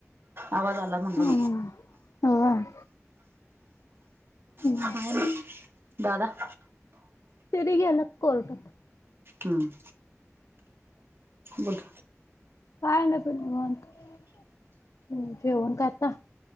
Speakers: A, on the right (about 50°); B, on the left (about 80°).
A: आवाज आला म्हटलं
B: हम्म हम्म. हो काय हम्म.
A: हाय ना दादा?
B: तेरी गेल्यात कोर्टात.
A: हम्म बुट
B: काय ना पण निवांत हम्म जेवण काय आता?